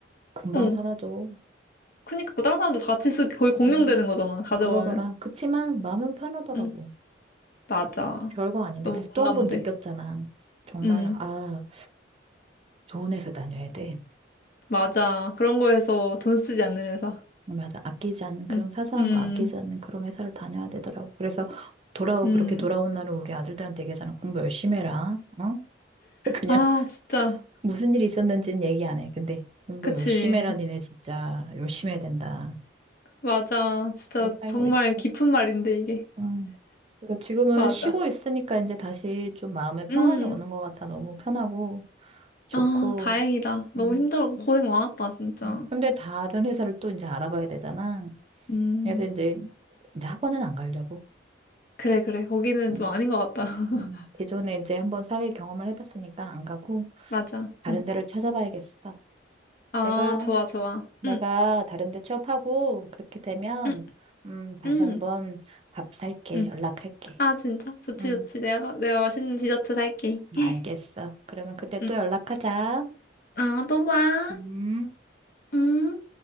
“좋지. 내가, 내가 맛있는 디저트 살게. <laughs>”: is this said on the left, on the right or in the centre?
Left